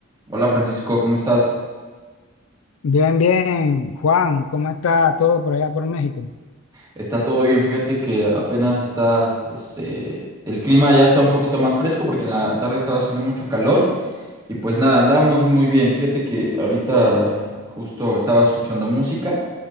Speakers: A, on the right (about 20°); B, on the left (about 85°).
A: Hola Francisco, ¿cómo estás?
B: Bien, bien, Juan, ¿cómo está todo por allá por México?
A: Está todo bien, fíjate que apenas está, este, el clima ya está un poquito más fresco porque en la tarde estaba haciendo mucho calor y pues nada, andábamos muy bien. Fíjate que ahorita justo estaba escuchando música